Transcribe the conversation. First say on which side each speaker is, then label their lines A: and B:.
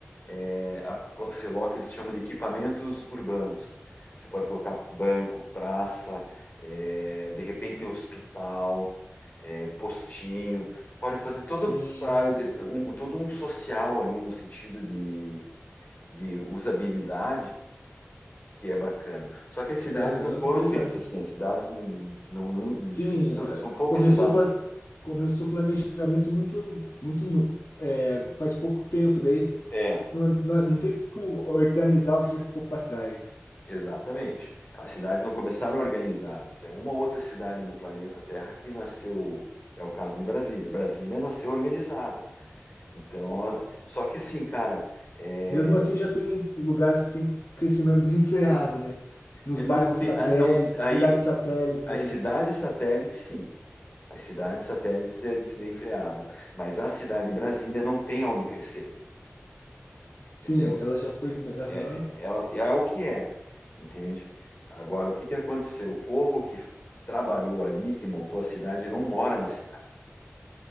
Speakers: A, on the left; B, on the left.
A: é, a- você coloca, eles chamam de equipamentos urbanos. Você pode colocar banco, praça, é, de repente hospital, é, postinho. Você pode fazer todo
B: Sim,
A: para área de- um, um, todo um social ali no sentido de, de usabilidade que é bacana. Só que as cidades
B: aham,
A: não foram
B: pois
A: feitas
B: é.
A: assim, as cidades não, não, não-
B: Sim,
A: difícil, são,
B: é,
A: são poucas
B: começou
A: cidades.
B: pla- começou o planejamento muito muito no- é, faz pouco tempo, daí
A: É,
B: não, não, não tem como organizar o que já ficou para trás.
A: exatamente. As cidades não começaram organizadas. É uma outra cidade do planeta Terra que nasceu, é o caso de Brasília. Brasília nasceu organizada. Então, ó, só que assim, cara, é,
B: Mesmo assim, já tem lugares que tem crescimento desenfreado, né? Nos
A: é não
B: bairros
A: ter,
B: satélites,
A: ah, não, aí
B: cidades
A: é que-
B: satélites
A: as
B: ali.
A: cidades satélites, sim. As cidades satélites é desenfreado, mas a cidade de Brasília não tem onde crescer,
B: Sim,
A: entendeu?
B: ela já foi. Aham.
A: é, é- é, ela é o que é, entende? Agora, o que que aconteceu? O povo que trabalhou ali, que montou a cidade, não mora na cidade.